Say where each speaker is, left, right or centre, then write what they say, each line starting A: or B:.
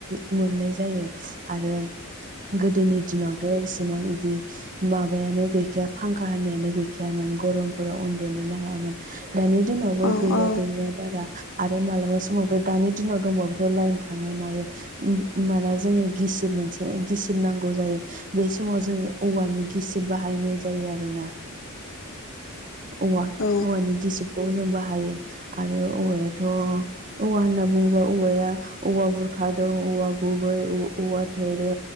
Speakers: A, on the right; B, on the left.
A: मोननाय जायो आरो गोदोनि दिनावथ' एसे बिसेबां बिदि माबायानो गैखाया फांखा होनानायानो गैखायामोन गरमफोराव उन्दुनोनो हायामोन। दानि दिनावबो
B: औ
A: गैया
B: औ
A: गैनाया बारा आरो मालाबा सम समावथ' दानि दिनाव दंबावोथ' लाइन थाङो मायो ओमबाना जोङो गिसिब मोनसे गिसिब गिसिबनांगौ जायो बे समाव जोङो औवानि गिसिब बाहायनाय जायो आरोना। <inaudible> औवा
B: औ
A: औवानि गिसिबखौ जों बाहायो आरो औवायाथ' औवा होनना बुङोबा औवाया औवा बुरखा दं औवा गुबै औवा थेरे